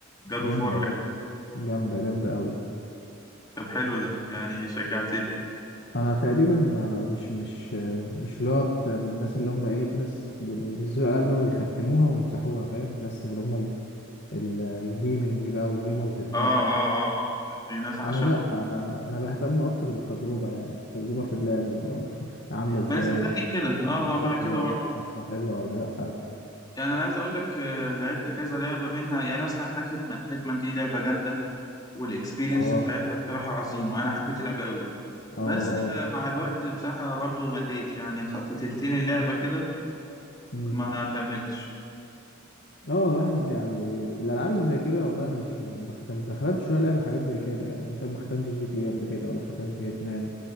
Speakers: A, on the left (about 20°); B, on the left (about 55°).
A: جاد
B: جامدة
A: اوف وور
B: جامدة جامدة جامدة قوي
A: طب حلو ده يعني شجعتني
B: انا تقريبا ما ما- مش مش مش اللي هو بتاع الناس اللي هم ايه في ناس بينزلوا العاب اللي هو يختموها ويمسحوها فاهم الناس اللي هم ال- ال- الجيمنج بقى والجيمرز بجد
A: اه اه اه اه دي ناس عشاقة
B: انا لا انا انا بهتم اكتر بالتجربه يعني التجربه في اللعب اللي هو <laughs> عامله ازاي
A: ما انا صدقني كده اه
B: اتبسطت
A: اه ما انا كده
B: ولا لا
A: برضه
B: القصه حلوه ولا لا
A: يعني انا عايز اقول لك آه، لعبت كذا لعبه منها يعني مثلا عندك هيتمان هيتمان دي لعبه جامده والاكسبيرينس
B: اه
A: بتاعتها بصراحه عظيمه انا حبيت اللعبه قوي
B: اه
A: بس آه، مع الوقت بصراحه برضه مليت يعني خ- في تلتين اللعبه كده
B: اه
A: ما كملتش
B: اه الواحد يعني الالعاب اللي زي كده والله انا مش م- ما ختمت ختمت شويه لعبه حاجات زي كده يعني مثلا ما ختمت جي تي إيه قبل كده ولا ختمت هيتمان